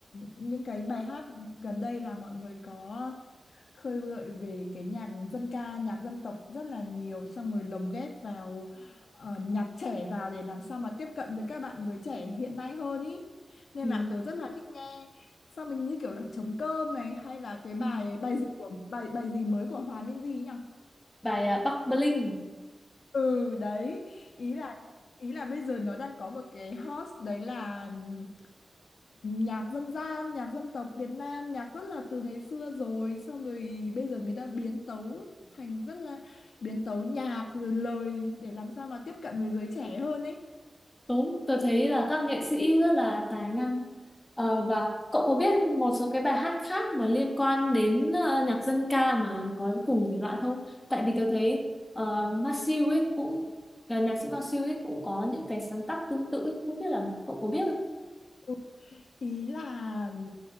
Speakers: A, on the left; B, on the left.
A: những cái bài hát gần đây là mọi người có khơi gợi về cái nhạc dân ca nhạc dân tộc rất là nhiều xong rồi lồng ghép vào ờ, nhạc trẻ vào để làm sao mà tiếp cận với các bạn giới trẻ hiện nay hơn ý nên
B: Ừ.
A: là tớ rất là thích nghe xong mình như kiểu là trống cơm này hay là cái bài
B: Ừ.
A: bài gì của bài bài gì mới của Hòa Minzy nhỉ
B: bài à, Bắc Bling
A: ừ đấy ý là ý là bây giờ nó đang có một cái hot đấy là ừm, nhạc dân gian nhạc dân tộc Việt Nam nhạc rất là từ ngày xưa rồi xong rồi bây giờ người ta biến tấu thành rất là biến tấu nhạc rồi lời để làm sao mà tiếp cận với giới trẻ hơn ấy
B: Đúng, tôi thấy là các nghệ sĩ rất là tài năng. Ờ, và cậu có biết một số cái bài hát khác mà liên quan đến ờ, nhạc dân ca mà có cùng thể loại không? Tại vì tôi thấy ờ, Masew ấy cũng là nhạc sĩ Masew ấy cũng có những cái sáng tác tương tự ấy, không biết là cậu có biết không?
A: Ừ. ý là